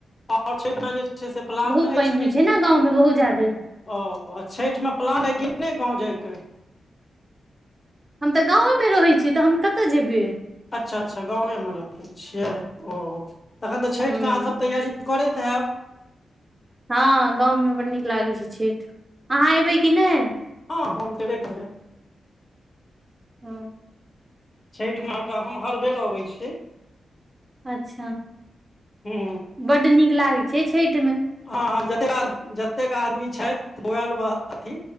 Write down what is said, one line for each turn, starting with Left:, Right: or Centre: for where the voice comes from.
Left: आओर छठिमे जे छै से प्लान
Right: बहुत
Left: अछि
Right: पानि होइ
Left: कि
Right: छै ने गाँवमे बहुत ज्यादे
Left: ओ आ छठिमे प्लान ऐ कि नै गाँव जाइके?
Right: हम त गाँवेमे रहै छिअइ त हम कत जेबै?
Left: अच्छा, अच्छा गावेंमे रहै छियै ओ तखन त छठिके
Right: हँ
Left: अहाँ सब तैयारी करैत हैब?
Right: हा गाँवमे बड़ नीक लागे छै छठि। अहाँ ऐबे कि नै?
Left: हं हम त एबे करबै
Right: हं
Left: छइठ मऽ अहाँकऽ हम हर बेर अबै छीयै।
Right: अच्छा,
Left: हूं
Right: बड नीक लागै छै छठि
Left: <unintelligible> जतेक आदमी छैथ। बउऐल ब अथि,